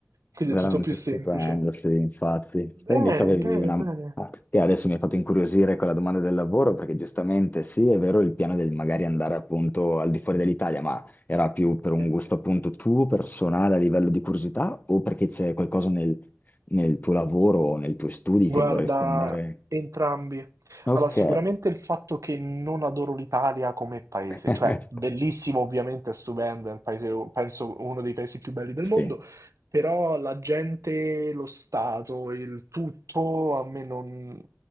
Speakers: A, on the right; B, on the left.
A: Quindi
B: veramente
A: è tutto più semplice.
B: stupendo, sì, infatti. Te
A: Bene,
B: invece avevi
A: bene,
B: una...
A: bene.
B: ah, Che adesso mi hai fatto incuriosire con la domanda del lavoro, perché giustamente sì, è vero il piano del magari andare appunto al di fuori dell'Italia, ma era più per
A: Sì.
B: un gusto appunto tuo, personale, a livello di curiosità, o perché c'è qualcosa nel, nel tuo lavoro o nei tuoi studi
A: Guarda,
B: che vorresti andare...
A: entrambi.
B: Ok.
A: Allora, sicuramente il fatto che non adoro l'Italia come paese,
B: <laughs>
A: cioè bellissimo, ovviamente, è stupendo, è un paese, penso uno dei paesi più belli del
B: Sì,
A: mondo, però la gente, lo Stato, il tutto a me non,